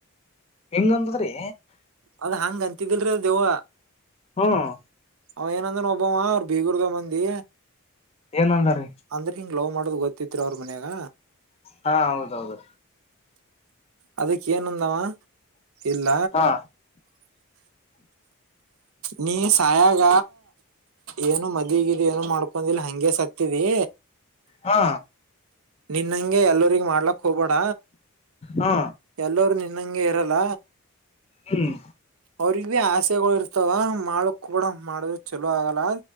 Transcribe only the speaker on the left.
ಏನಂದ್ರೆ
ಹ್ಮ್
ಏನಂದಾರೀ
ಹಾ ಹೌದೌದು
ಹಾ
ಹಾ
ಹಾ
ಹ್ಮ್